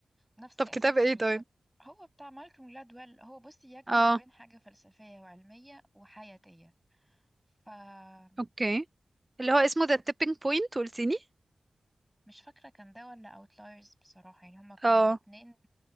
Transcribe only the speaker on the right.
طب
كتاب إيه
طيب؟
اه
اوكي اللي هو اسمه The Tipping Point قلتيني
اه